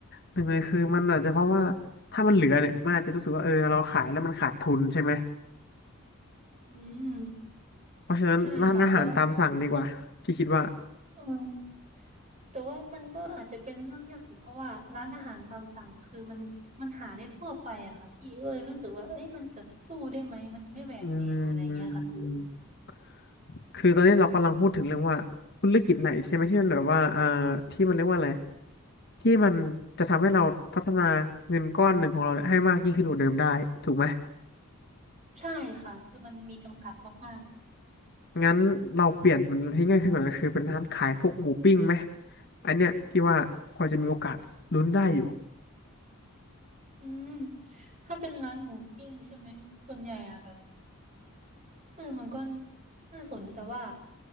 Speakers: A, on the left (about 50°); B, on the right (about 35°).
A: หนึ่งเลยคือมันอาจจะเพราะว่าถ้ามันเหลือเนี่ยมันอาจจะรู้สึกว่าเออเราขายแล้วมันขาดทุนใช่ไหม
B: อืม
A: เพราะฉะนั้นร้านอาหารตามสั่งดีกว่าพี่คิดว่า
B: ใช่ค่ะแต่ว่าอืมแต่ว่ามันก็อาจจะเป็นเรื่องยากอีกเพราะว่าร้านอาหารตามสั่งเนี่ยคือมันมันหาได้ทั่วไปอะค่ะพี่ก็เลยรู้สึกว่าเอ้ยมันจะสู้ได้ไหมมันไม่แหวกแนวอะไรเงี้ยค่ะพี่
A: อืม คือตอนนี้เรากำลังพูดถึงเรื่องว่าธุรกิจไหนใช่ไหมที่มันแบบว่าอ่าที่มันเรียกว่าอะไรที่มันจะทำให้เราพัฒนาเงินก้อนหนึ่งของเราเนี่ยให้มากยิ่งขึ้นกว่าเดิมได้ถูกไหม
B: ใช่ค่ะคือมันมีจำกัดมาก
A: งั้นเราเปลี่ยนมันที่ง่ายขึ้นกว่านั้นคือเป็นร้านขายพวกหมูปิ้งไหมอันเนี้ยพี่ว่าพอจะมีโอกาสลุ้นได้อยู่
B: ๆอืมถ้าเป็นร้านหมูปิ้งใช่ไหมส่วนใหญ่อะแบบ เออมันก็น่าสนแต่ว่า